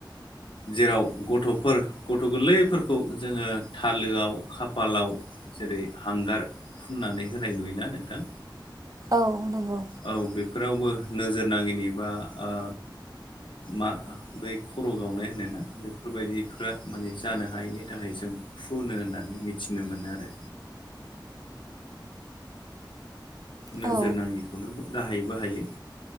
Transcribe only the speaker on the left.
जेराव गथ'फोर गथ' गोरलैफोरखौ जोङो थालोआव खाफालाव जेरै हांगार फुननानै होनाय नुयो ना नोंथां।
औ बेफोरावबो नोजोर नाङिनि बा ओ मा बै खर' गावनाय होनो ना। बेफोर बायदिफ्रा माने जानो हायैनि थाखाय जों फुनो होननानै मिथिनो मोनो आरो नोजोर
नाङिखौनो गाहायै बाहायो।